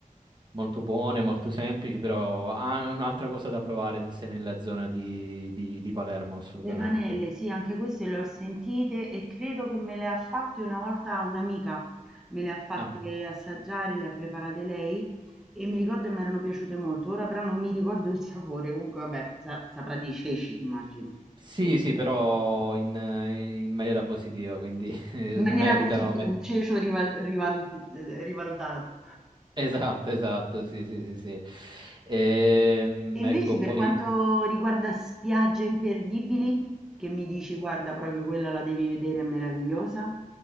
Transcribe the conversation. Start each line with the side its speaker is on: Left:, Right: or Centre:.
Right: molto buone, molto semplici, però ah, è un'altra cosa da provare se sei nella zona di, di- di Palermo, assolutamente.
Centre: Le panelle, sì, anche queste le ho sentite e credo che me le ha fatte una volta un'amica, me le ha fatte
Right: Ah,
Centre: assaggiare, le ha preparate lei e mi ricordo che mi erano piaciute molto, ora però non mi ricordo il sapore, comunque vabbè, sa- saprà di ceci, immagino.
Right: sì, sì, però in, in maniera positiva, quindi <laughs> eh,
Centre: In maniera
Right: meritano,
Centre: positiva,
Right: meritano.
Centre: un cecio rival- rivalut- rivalutato.
Right: Esatto, esatto, sì, sì, sì, sì. Ehm,
Centre: E invece
Right: ecco,
Centre: per
Right: poi
Centre: quanto riguarda spiagge imperdibili, che mi dici, guarda, proprio quella la devi vedere, è meravigliosa.